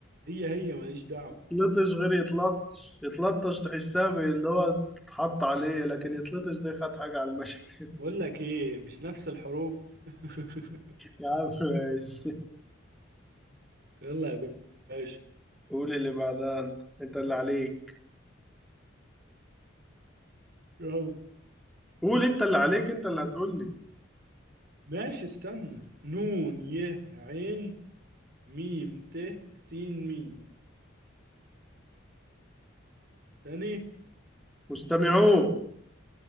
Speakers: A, on the right; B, in the centre.
A: هي هي ماليش دعوة
B: يتلطش غير يتلطش يتلطش تحسها اللي هو تتحط عليه لكن يتلطش ده خد حاجة على المشي <laughs>
A: بقول لك ايه مش نفس الحروف <laughs>
B: يا عم ماشي
A: يلا يا باشا
B: قول اللي بعدها انت انت اللي عليك
A: يلا
B: قول انت اللي عليك انت اللي هتقول لي
A: ماشي استنى نون ي عين ميم ت سين مي تاني
B: مستمعون